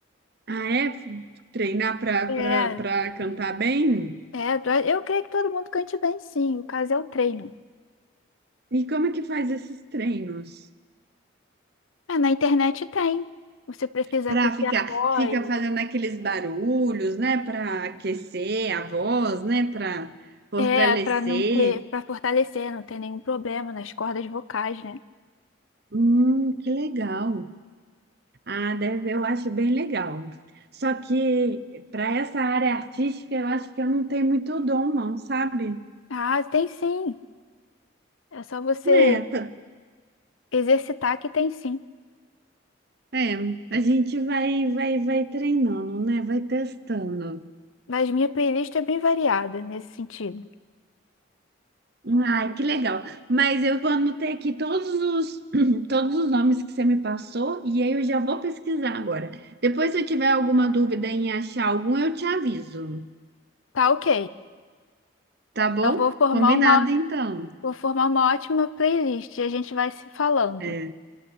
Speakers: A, on the right; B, on the left.
A: Ah, é? Treinar para
B: É,
A: para para cantar bem?
B: é, do- eu creio que todo mundo cante bem, sim. O caso é o treino.
A: E como é que faz esses treinos?
B: É, na internet tem. Você precisa
A: Para
B: aquecer
A: ficar,
B: a voz,
A: fica fazendo aqueles barulhos, né? Para aquecer a voz, né? Para fortalecer.
B: é, para não ter, para fortalecer, não ter nenhum problema nas cordas vocais, né?
A: Hum, que legal. Ah, deve, eu acho bem legal. Só que para essa área artística, eu acho que eu não tenho muito dom, não, sabe?
B: Ah, tem sim. É só você
A: É, tá-
B: Exercitar que tem sim,
A: é, a gente vai, vai, vai treinando, né? Vai testando.
B: mas minha playlist é bem variada nesse sentido.
A: Ai, que legal. Mas eu vou anotar aqui todos os, <clears throat> todos os nomes que você me passou e aí eu já vou pesquisar agora. Depois, se eu tiver alguma dúvida em achar algum, eu te aviso.
B: Tá ok.
A: Tá bom?
B: Eu vou formar
A: Combinado
B: uma,
A: então.
B: vou formar uma ótima playlist e a gente vai se falando.
A: É.